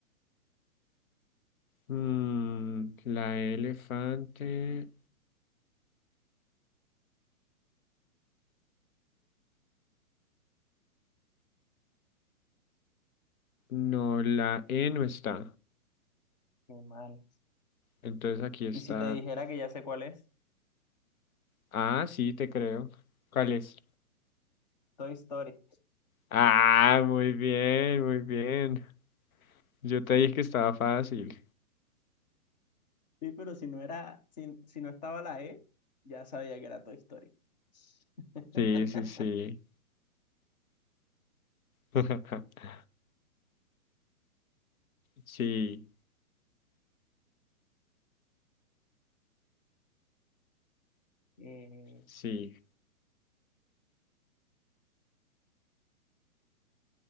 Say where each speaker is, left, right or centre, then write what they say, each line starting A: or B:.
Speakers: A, on the left (about 70°); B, on the left (about 30°).
A: Mm, la E de elefante. No, la E no está.
B: Qué mal.
A: Entonces aquí está
B: ¿Y si te dijera que ya sé cuál es?
A: Ah, sí, te creo. ¿Cuál es?
B: Toy Story.
A: Ah, muy bien, muy bien. Yo te dije que estaba fácil.
B: Sí, pero si no era, si, si no estaba la E, ya sabía que era Toy Story. <laughs>
A: Sí, sí, sí. <laughs> Sí,
B: Eh,
A: sí.